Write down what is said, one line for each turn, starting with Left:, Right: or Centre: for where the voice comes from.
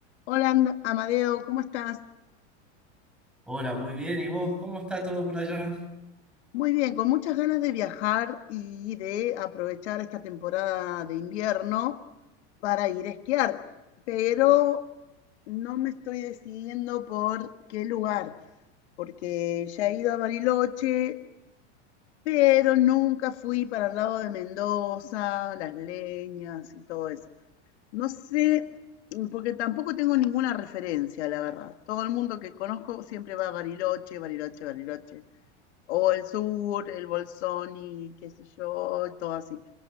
Left: Hola, And- Amadeo, ¿cómo estás?
Centre: Hola, muy bien. ¿Y vos? ¿Cómo está todo por allá?
Left: Muy bien, con muchas ganas de viajar y de aprovechar esta temporada de invierno para ir a esquiar, pero no me estoy decidiendo por qué lugar, porque ya he ido a Bariloche, pero nunca fui para el lado de Mendoza, Las Leñas y todo eso. No sé, mm, porque tampoco tengo ninguna referencia, la verdad. Todo el mundo que conozco siempre va a Bariloche, Bariloche, Bariloche. o el sur, el Bolsón y qué sé yo, y todo así.